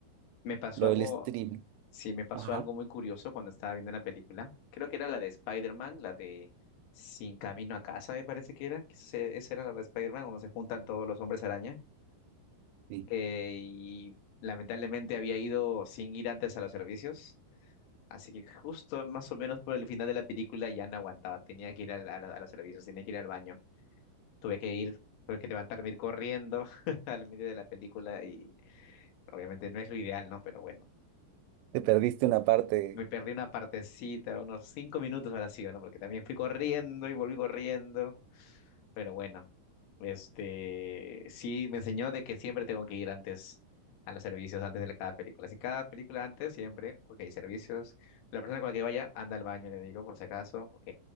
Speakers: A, on the left; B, on the right.
A: Me pasó
B: Lo
A: algo
B: del stream.
A: Sí, me pasó
B: Ajá,
A: algo muy curioso cuando estaba viendo la película. Creo que era la de Spider-Man, la de Sin Camino a Casa, me parece que era. que se- Esa era la de Spider-Man, donde se juntan todos los hombres araña.
B: sí.
A: Eh, y lamentablemente había ido sin ir antes a los servicios. Así que justo más o menos por el final de la película ya no aguantaba. Tenía que ir al- a, la- a los servicios, tenía que ir al baño. Tuve que ir, tuve que levantarme, ir corriendo <laughs> al medio de la película. Y obviamente no es lo ideal, ¿no? Pero bueno.
B: Te perdiste una parte,
A: Me perdí una partecita, unos cinco minutos ahora sí, ¿no? Porque también fui corriendo y volví corriendo. Pero bueno, este sí me enseñó de que siempre tengo que ir antes a los servicios, antes de cada película. Si cada película antes, siempre, ok, servicios. La persona con la que vaya, anda al baño, le digo, por si acaso, ok.